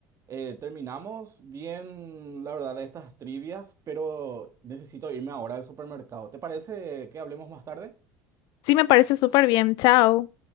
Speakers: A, on the right (about 40°); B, on the left (about 60°).
A: eh, terminamos bien, la verdad, de estas trivias, pero necesito irme ahora al supermercado. ¿Te parece que hablemos más tarde?
B: Sí, me parece súper bien. Chao.